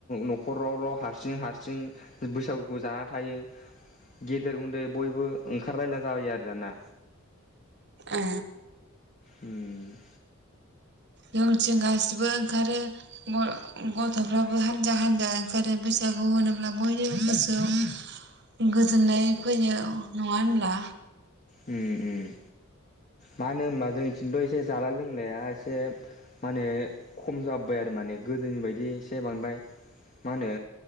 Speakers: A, on the left; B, on the right.
A: न'खरावल' हारसिं हारसिं बैसागुखौ जाना थायो गेदेर उन्दै बयबो ओंखारलायला जाबायो आरो दाना।
B: ओ
A: उम।
B: यों जोंगासिबो ओंखारो ग गथ'फ्राबो हान्जा हान्जा ओंखारो बिसागु होनोब्ला बयनिबो गोसोआव गोजोननाय फैनाय नङा होनब्ला।
A: उम उम मानो होनबा जोंनिथिंथ' एसे जाला लोंलाया एसे मा होनो खम जाबबाय आरो माने गोदोनि बायदि एसे बांद्राय मा होनो